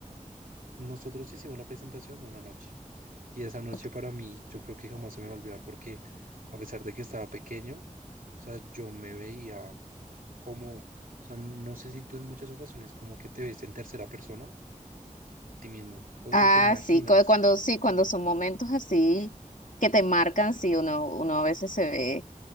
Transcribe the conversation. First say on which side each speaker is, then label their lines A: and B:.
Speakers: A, on the right; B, on the left.
A: nosotros hicimos la presentación una noche y esa noche
B: ok.
A: para mí yo creo que jamás se me va a olvidar porque a pesar de que estaba pequeño, o sea, yo me veía como, o sea, no sé si tú en muchas ocasiones como que te ves en tercera persona ti mismo o,
B: Ah,
A: o te imaginas.
B: sí, cu- cuando sí, cuando son momentos así que te marcan, sí, uno, uno a veces se ve